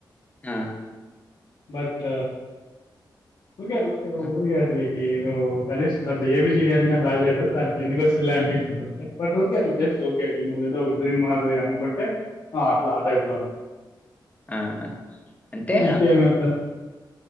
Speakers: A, on the left; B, on the left.
A: ఆ,
B: బట్ ఉఊరిగాలా
A: ఆ,
B: ఉరురిగాలి ఈ నువ్వు కనీసం అంట్ ఏ బీ సిరి అని కానీ తగలేదు దానికి ఎందుకు వస్తుందిలే అనిపిస్తుంది బట్ వరికే అట్లా జస్ట్ రికే అలు నువ్వేదో ఒకడ్రీమ్ మాది అనుకుంటే ఆ అట్లా ఆ టైప్ లో ఉ
A: ఆ. అంటే
B: ఇకేమిట్లా